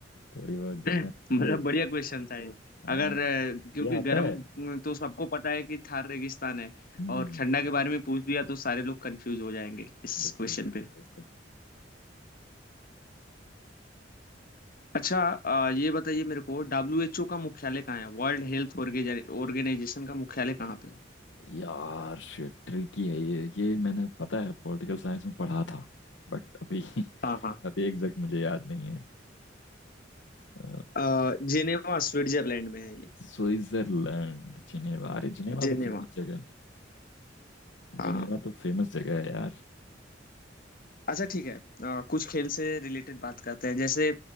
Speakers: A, on the left (about 75°); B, on the left (about 50°).
A: थोड़ी बहुत
B: <laughs>
A: जन्नत वाले
B: मतलब बढ़िया क्वेश्चन था ये
A: हाँ
B: अगर अ, क्योंकि
A: ये आता
B: गर्म
A: है
B: तो सबको पता है कि थार रेगिस्तान है
A: हम्म
B: और ठंडा के बारे में पूछ दिया तो सारे लोग कंफ्यूज हो जाएंगे इस
A: बिल्कुल
B: क्वेश्चन
A: बिल्कुल
B: पे
A: बिल्कुल
B: अच्छा अ, ये बताइए मेरे को डब्ल्यू एच ओ का मुख्यालय कहाँ है वर्ल्ड हेल्थ ऑर्गेनाइजेशन का मुख्यालय कहाँ पे है?
A: यार शिट ट्रिकी है ये ये मैंने पता है पॉलिटिकल साइंस में पढ़ा था बट अभी <laughs>
B: हाँ हाँ
A: अभी एग्जैक्ट मुझे याद नहीं है अ,
B: अ, जेनेवा स्विट्जरलैंड में है
A: स्विट्जरलैंड जिनेवा अरे जिनेवा
B: जिनेवा
A: तो फेमस जगह है
B: हाँ
A: जिनेवा तो फेमस जगह है यार
B: अच्छा ठीक है अ, कुछ खेल से रिलेटेड बात करते हैं जैसे